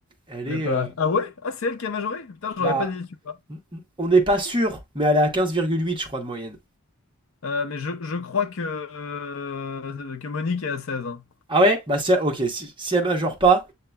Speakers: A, on the right; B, on the left.
A: elle
B: j'avais
A: est.
B: pas
A: euh,
B: la- ref. Ah ouais? Ah, c'est elle qui a majoré? Putain, j'aurais
A: bah.
B: pas dit, tu vois.
A: n- n- On n'est pas sûr, mais elle est à 15,8, je crois, de moyenne.
B: Euh, mais je, je crois que, euh, que Monique est à 16. hein.
A: Ah ouais Bah, si, ok, si, si elle majeure pas,